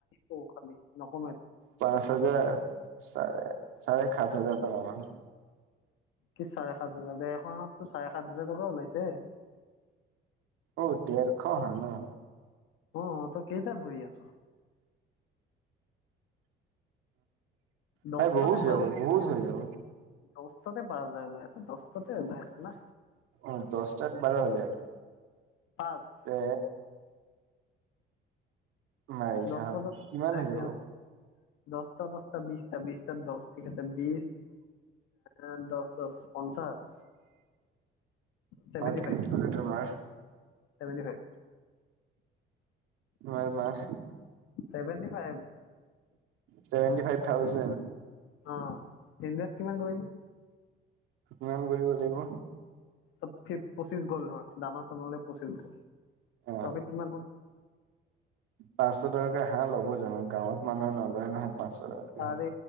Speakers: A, on the left; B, on the right.
A: ঔ খালি নকমে
B: পাঁচ হাজাৰস চাৰে-চাৰে সাত হাজাৰ সোমালে।
A: কি চাৰে সাত হাজাৰ ডেৰখনত তোৰ চাৰে সাত হাজাৰ টকা ওলাইছে।
B: অহ, ডেৰশ ন'।
A: অহ, তই কেইটা ধৰি আছ। দহটাতে
B: ভাই বহুত হৈ
A: পাঁচ,
B: যাব বহুত হৈ যাব
A: দহটাতে পাঁচ হাজাৰ ওলাই আছে দহটাতে ওলাই আছে না।
B: অহ, দহ তাত বাৰ হাজাৰ।
A: পাঁচ।
B: এ মাৰিচা
A: দহটা
B: হিচাব কিমান
A: এক
B: হৈ
A: ছেকেণ্ড
B: যাব।
A: দহটা দহটা বিছটা, বিছটা দহ ঠিক আছে, বিছ এ দহ-দহ পঞ্চাশ। চেভেন্টি
B: মাৰ কেলকুলেটৰ
A: ফাইভ,
B: মাৰ
A: চেভেন্টি ফাইভ।
B: হয়, মাছ।
A: Seventy five.
B: Seventy five thousand.
A: অহ, ইনভেষ্ট কিমান কৰিলি?
B: কিমান কৰিব লাগিব?
A: ত' পঁচিশ গ'ল ধৰ, দানা-চানালে পঁচিছ গ'ল। প্ৰফিট
B: অ
A: কিমান হ'ল?
B: পাঁচশ টকাকে হাঁহ ল'ব জানোঁ, গাঁৱত মানুহে নলয় নহয় পাঁচশ টকাকে।
A: আৰে
B: হাঁহ